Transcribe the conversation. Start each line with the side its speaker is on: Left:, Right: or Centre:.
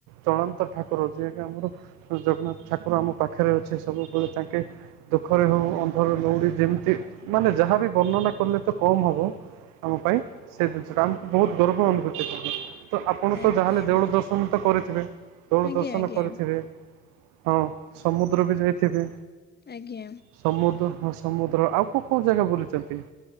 Right: ଚଳନ୍ତି ଠାକୁର ଯିଏ ଯେ ଆମର ଜଗନ୍ନାଥ ଠାକୁର ଆମ ପାଖରେ ଅଛି ସବୁବେଳେ ତାଙ୍କେ ଦୁଃଖରେ ହୋଉ ଅନ୍ଧରେ ଲଉଡ଼ି ଯେମିତି ମାନେ ଯାହା ବି ବର୍ଣ୍ଣନା କଲେ ତ କମ୍ ହେବ। ଆମ ପାଇଁ ସେ ଜିନିଷଟା ଆମକୁ ବହୁତ ଗର୍ବ ଅନୁଭୂତି <inaudible> ତ ଆପଣ
Left: ଆଜ୍ଞା
Right: ତ ଯାହା ହେଲେ ଦେଉଳ ଦର୍ଶନ ତ କରିଥିବେ ଦେଉଳ
Left: ଆଜ୍ଞା
Right: ଦର୍ଶନ
Left: ଆଜ୍ଞା
Right: ଦେ ହଁ ସମୁଦ୍ର ବି ଯାଇଥିବେ।
Left: ଆଜ୍ଞା।
Right: ସମୁଦ୍ର ହଁ ସମୁଦ୍ର ଆଉ କୋଉ କୋଉ ଜାଗା ବୁଲିଚନ୍ତି।